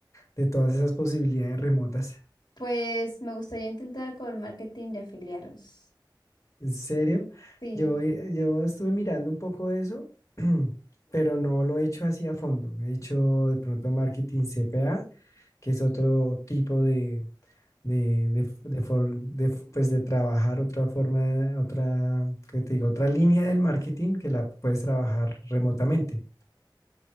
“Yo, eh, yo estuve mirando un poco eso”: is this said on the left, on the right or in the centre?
Left